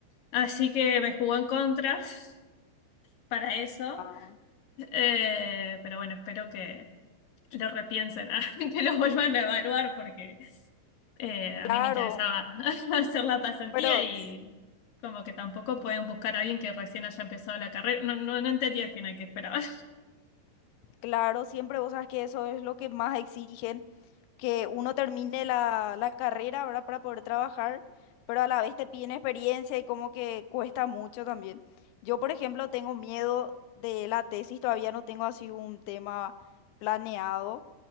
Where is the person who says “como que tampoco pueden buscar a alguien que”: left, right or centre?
Left